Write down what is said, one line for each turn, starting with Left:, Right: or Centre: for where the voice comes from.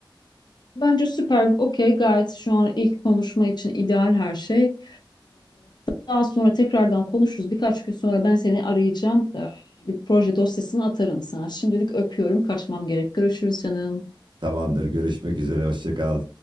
Left: Bence süper, okey, gayet şu an ilk konuşma için ideal her şey. Ee, Daha sonra tekrardan konuşuruz. Birkaç gün sonra ben seni arayacağım. Ee, Bir proje dosyasını atarım sana. Şimdilik öpüyorum, kaçmam gerek. Görüşürüz canım.
Right: Tamamdır, görüşmek üzere, hoşça kal.